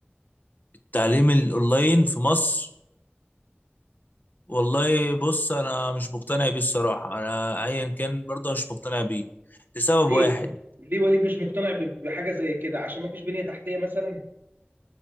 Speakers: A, on the left (about 50°); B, on the right (about 60°).
A: التعليم الاونلاين في مصر والله بص انا مش مقتنع بيه الصراحه انا ايا كان برضه مش مقتنع بيه لسبب
B: ليه
A: واحد
B: ليه وليد مش مقتنع ب- بحاجه زي كده عشان ما فيش بنيه تحتيه مثلا